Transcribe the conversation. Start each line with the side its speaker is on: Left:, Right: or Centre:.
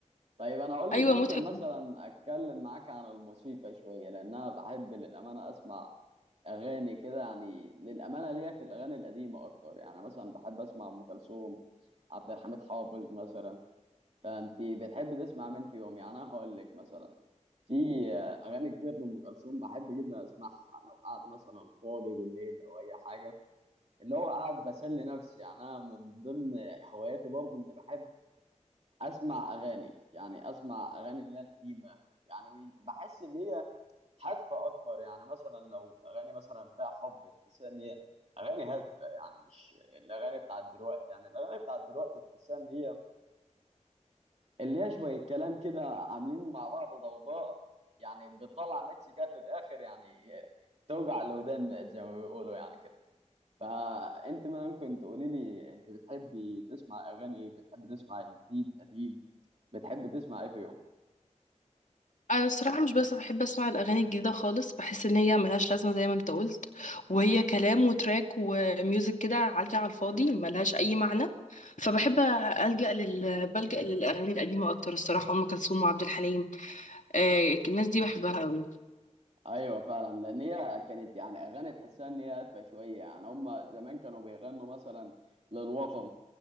Right: طيب انا اقول لك
Left: ايوه
Right: ممكن
Left: مضحك
Right: مثلا اتكلم معاك عن الموسيقى شويه لان انا بحب للامانه اسمع اغاني كده يعني للامانه ليا في الاغاني القديمه اكتر يعني مثلا بحب اسمع ام كلثوم عبد الحميد حافظ مثلا فانت بتحب تسمع مين فيهم يعني انا هقول لك مثلا في اغاني كتير لام كلثوم بحب جدا اسمعها لو قاعد مثلا فاضي بالليل او اي حاجه اللي هو قاعد بسلي نفسي يعني انا من ضمن هواياتي برضو اني بحب اسمع اغاني يعني اسمع اغاني اللي هي القديمه يعني بحس ان هي هادفه اكتر يعني مثلا لو اغاني مثلا فيها حب تحس ان هي اغاني هادفه يعني مش الاغاني بتاعت دلوقتي يعني الاغاني بتاعت دلوقتي تحسها ان هي اللي هي شويه كلام كده عاملين مع بعض ضوضاء يعني بتطلع ميكس كده في الاخر يعني توجع الودان زي ما بيقولوا يعني كده فانت ممكن تقولي لي انت بتحبي تسمع اغاني ايه بتحب تسمع جديد قديم بتحب تسمع ايه في يوم
Left: انا الصراحه مش بس بحب اسمع الاغاني الجديده خالص بحس ان هي ملهاش لازمه زي ما انت قلت وهي كلام وتراك وميوزك كده عالجه على الفاضي ملهاش اي معنى فبحب الجا لل بلجا للاغاني القديمه اكتر الصراحه ام كلثوم وعبد الحليم آه الناس دي بحبها قوي
Right: ايوه فعلا لان هي كانت يعني اغاني تحسها ان هي هادفه شويه يعني هم زمان كانوا بيغنوا مثلا للوطن